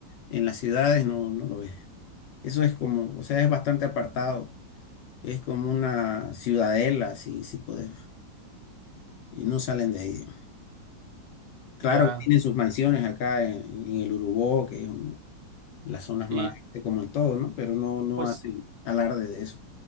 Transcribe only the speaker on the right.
ya.
Sí,
pues